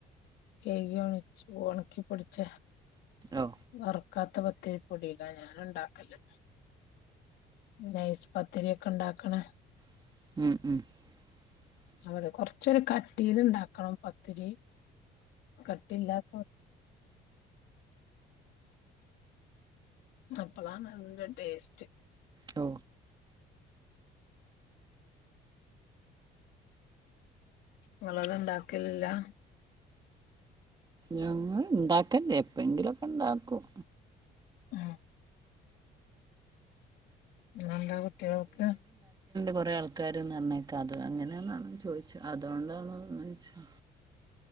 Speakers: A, on the left; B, on the right.
A: ചെയ് ആണ് ഓണാക്കി പൊടിച്ച
B: ഓ
A: വറ കാത്തപത്തിരിപ്പൊടിക ഞാനൊ ണ്ടാക്കല് നൈസ് പത്തിരിയൊക്കെയുണ്ടാക്കണ
B: <inaudible>
A: ആവത് കൊറച്ചൊരു കട്ടിയിലുണ്ടാക്കണം പത്തിരി കട്ടിയില്ലാത്ത അപ്പളാണ് അതിന്റെ ടേസ്റ്റ്
B: ഓ
A: നിങ്ങളത് ഉണ്ടാക്കലില്ലാ
B: ഞങ്ങള് ഇണ്ടാക്കല്ല എപ്പഴെങ്കിലുലൊക്കെ ഇണ്ടാക്കും
A: ആ ഇന്നെന്താ കുട്ടികൾക്ക്
B: കൊറെ ആൾക്കാര് എന്ന് പറഞ്ഞെ അത് അങ്ങനാന്നാണ് ചോദിച്ചത് അതൊണ്ടാണത് ചൊയ്ചേ